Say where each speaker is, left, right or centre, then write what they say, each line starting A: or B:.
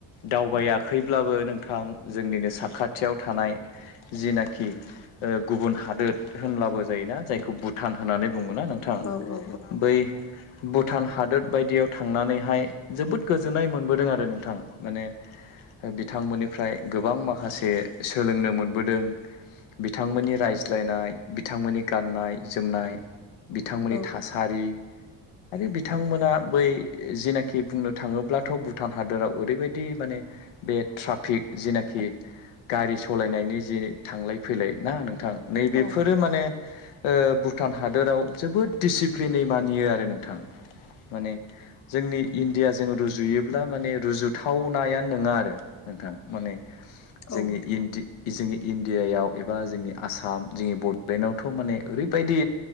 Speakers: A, on the left; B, on the left.
A: दावबायाखैब्लाबो नोंथां जोंनिनो साखाथियाव थानाय जिनाखि ओ गुबुन हादोर होनब्लाबो जायोना जायखौ भुटान होननानै बुंङोना नोंथां
B: औ औ
A: बै भुटान हादोर बायदियाव थांनानैहाय जोबोद गोजोननाय मोनबोदों आरो नोंथां माने बिथांमोननिफ्राय गोबां माखासे सोलोंनो मोन मोनबोदों बिथांमोननि रायज्लायनाय बिथांमोननि गाननाय जोमनाय बिथांमोननि
B: औ
A: थासारि आरो बिथांमोना बै जिनाखि बुंनो थाङोब्लाथ' भुटान हादराव ओरैबायदि माने बे ट्राफिक जिनाखि गारि सालायनायनि जि थांलाय फैलाय ना नोंथां नैबेफोरो
B: औ
A: माने ओ भुटान हादोराव जोबोद डिसिप्लिनै मानियो आरो नों थां माने जोंनि इण्डियाजों रुजुयोब्ला माने रुजुथावनाया नङा आरो नोंथां माने
B: औ
A: जोंनि इन्दि जोंनि इण्डियायाव एबा जोंनि आसाम जोंनि बड'लेण्डआवथ' माने ओरैबायदि